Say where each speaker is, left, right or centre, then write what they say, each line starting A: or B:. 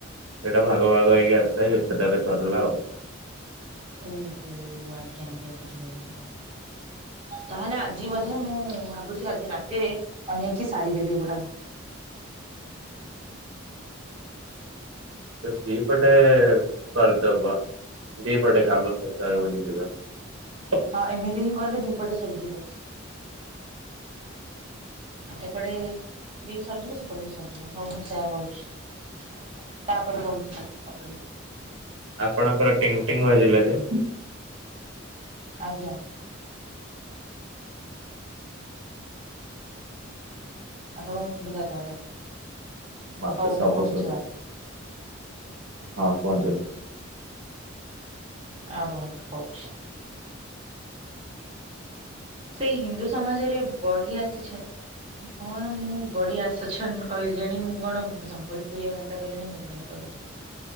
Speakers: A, on the right; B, on the right.
A: ସେଇଟା ଭାଗ ଭାଗ ହେଇକି ଆସିଥାଏ ଯେତେଟାରେ ସରିଲା ଆଉ।
B: ଓହୋ ଆଜ୍ଞା ଆଜ୍ଞା ବୁଝିପାରୁଛି। ତାହେଲେ ଆଜି ମଧ୍ୟ ମୁଁ ଭାବୁଛି ଆଜି ରାତିରେ ଅନେଇକି ସାରିଦେବି ଏଗୁଡାକ।
A: ଦିପଟେ କରିଦବ। ଦି ପଟେ କାମ <unintelligible>
B: ହଁ ଏମିତି ହିଁ କଲେ ଦିପଟେ ସରିଯିବ। ଏପଟେ ବି ସରିଯିବ ସେପଟେ ବି ସରିଯିବ ହଉ ମୁଁ ସେୟା କହୁଛି। ତାପରେ ପଢୁଛି <unintelligible>
A: ଆପଣଙ୍କର ଟିଙ୍ଗଟିଙ୍ଗ ବାଜିଲା ଯେ,
B: ଆଜ୍ଞା। ଆପଣଙ୍କୁ ସୁଭିଲା ତାହେଲେ।
A: ମତେ
B: ହଉ
A: ସବୁ
B: ମୁଁ କହୁଛି
A: ଶୁଭେ ହଁ କୁହନ୍ତୁ।
B: ଆ ଉ ରୁହନ୍ତୁ କହୁଛି। ସେ ହିନ୍ଦୁ ସମାଜରେ ବଢି ଆସିଛ କଣ ମୁଁ ବଡିି ଆସୁଛନ କହିଲିଣି ମୁଁ କଣ ସମ୍ବଲପୁରୀଆ ଭାଷା କହିଲିଣି ମୁଁ ଜାଣିପାରୁନି।